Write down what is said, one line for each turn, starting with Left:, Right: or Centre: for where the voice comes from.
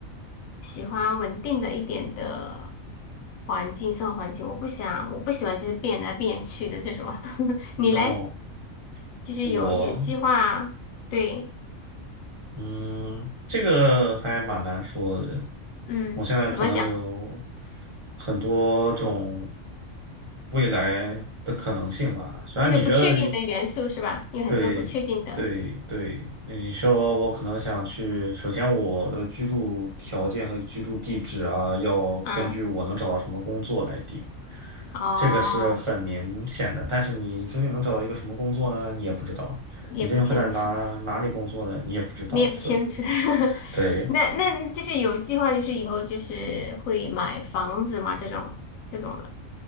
Left: 喜欢稳定的一点的环境，生活环境。我不想，我不喜欢就是变来变去的这种。<laughs>
Right: ？No，
Left: 你嘞？就是有有计划，
Right: 我。
Left: 对，
Right: 嗯，这个还蛮难说的。
Left: 嗯，
Right: 我现在可能有
Left: 怎么讲？
Right: 很多种未来的可能性吧。虽然你觉得，
Left: 就是不确定的元素是吧？有很多不确定的，
Right: 对对对，那你说我可能想去，首先我的居住条件和居住地址啊，要根据我能找到什么工作来定，
Left: 嗯，哦，
Right: 这个是很明显的。但是你究竟能找到一个什么工作呢？你也不知道。
Left: 也不清楚。
Right: 你究竟会在哪哪里工作呢？你也不知道，
Left: 你也不牵扯，
Right: 所以。
Left: <laughs>
Right: 对，
Left: 那那就是有计划，就是以后就是会买房子嘛，这种这种的